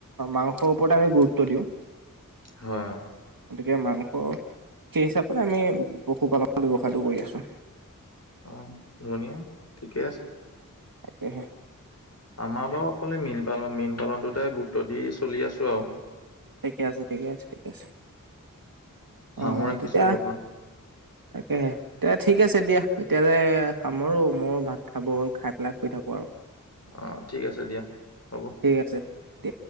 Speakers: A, on the right (about 85°); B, on the left (about 45°).
A: মাংসৰ ওপৰত আমি গুৰুত্ব দিওঁ।
B: হয়, অ।
A: গতিকে মাংস সেই হিচাপে আমি পশুপালনৰ ব্যৱসায়। টো কৰি আছো।
B: অ ধুনীয়া ঠিকে আছে।
A: তাকে হে।
B: আমাৰ বাৰু অকলে মীন পালন মীন পালনটোতে গুৰুত্ব দি চলি আছো আৰু
A: ঠিকে আছে ঠিকে আছে ঠিকে আছে। অ
B: হাঁহো ৰাখিছো
A: তেতিয়া
B: অলপমান
A: তাকে হে তেতিয়া ঠিক। ঠিক আছে দিয়া এতিয়ালৈ সামৰো মোৰ ভাত খাব হ'ল খাই পেলাই শুই থাকোঁ আৰু
B: অ ঠিক আছে দিয়া হ'ব।
A: ঠিক আছে দিয়া